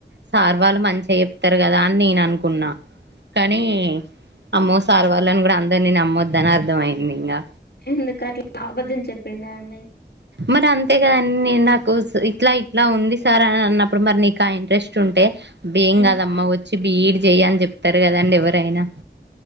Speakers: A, on the right; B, on the left.
A: సార్ వాళ్ళు మంచి గ చెప్తరు కదా అని నేను అనుకున్నా కానీ అమ్మో సార్ వాళ్ళని కూడా అందరు నేను అమ్మొద్ద అని అర్థమయింది ఇంకా
B: ఎందుకు అట్లా అబద్ధం చెప్పిండా అండి
A: మరి అంతేకాదం నాకు ఇట్లా ఇట్లా ఉంది సార్ అని అన్నప్పుడు మరి నీకు ఆ ఇంట్రెస్ట్ ఉంటే బ్బే ఏం
B: హ్మ్.
A: కాదమ్మ వచ్చి బిఈడ్ చెయ్య అని చెప్తారు కదండి ఎవరైనా